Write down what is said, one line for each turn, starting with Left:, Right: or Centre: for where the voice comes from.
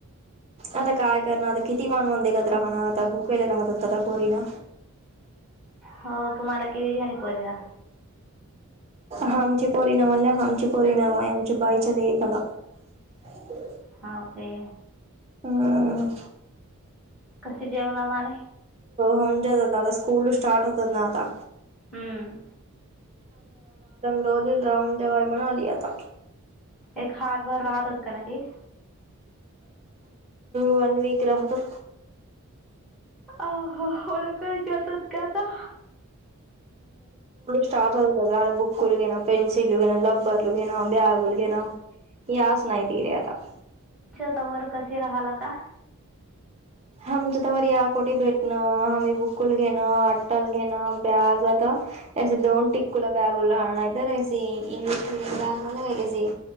Right: आता काय करणं आता किती मानवण देगत राहणारं आता भुकेले राहत होत आता पोरीन.
Centre: हो तुम्हाला किती घणी परिना
Right: हमचे पोरिणा म्हण हमची पोरिणामा आहे आमच्या बाईच्या लेकाला <unintelligible>
Centre: हा तेे.
Right: हम.
Centre: कसे जेवला मारे
Right: होंजत नाता स्कूल स्टार्ट होत ना आता
Centre: हम्म.
Right: रोज राऊन जवाय म्हणा आली आता
Centre: एक हड बार राहतात काना क
Right: वन वीक राहत.
Centre: अ लकडेच होतात का आता.
Right: स्टार्ट बुक ल घे ना पनसिलू घ ना रबर ल घे. ना ब्या गुल घे ना या सनाय त रहता.
Centre: त ववर कसे राहाला का?
Right: आमच्या त्यावर या कोोटी भेटणं आम्ही बुकुल घेणं अट्टल घेणं बॅग आता े दोन टिक्कूला बॅगल राहणार नाही तर इंग्लिश मीडियम बॅग म्ह काय कस.